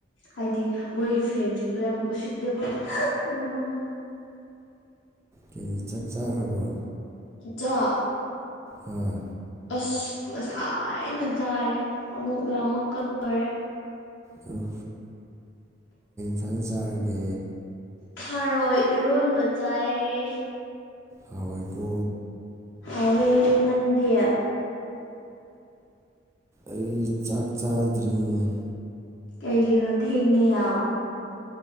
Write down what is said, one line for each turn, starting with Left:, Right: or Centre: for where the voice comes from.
Left: ꯍꯥꯏꯗꯤ ꯃꯣꯏꯒꯤ ꯐꯦꯟꯁꯤꯡꯗꯣ ꯌꯥꯝ ꯎꯁꯤꯠꯇꯦꯕ ꯃꯃ
Right: ꯀꯩ ꯆꯥꯛ ꯆꯥꯈ꯭ꯔꯕ
Left: ꯆꯥ
Right: ꯍꯣꯏ
Left: ꯑꯁ ꯉꯁꯥꯏꯅ ꯇꯥꯥꯏꯔꯦ ꯑꯃꯨꯛ ꯂꯥꯃꯛ ꯀꯗꯧꯔꯦ
Right: ꯑꯣ ꯀꯩ ꯍꯤꯁꯪ ꯆꯥꯔꯒꯦ
Left: ꯊꯥꯔꯣꯏꯔꯣꯟꯕ ꯆꯥꯏ
Right: ꯍꯋꯥꯏꯀꯣ
Left: ꯍꯥꯑꯣ ꯋꯦ ꯅꯡ ꯗꯤ
Right: ꯑꯩ ꯆꯥꯛ ꯆꯥꯗ꯭ꯔꯤꯉꯦ
Left: ꯀꯩꯒꯤꯅꯣ ꯊꯦꯡꯉꯦ ꯌꯥꯝ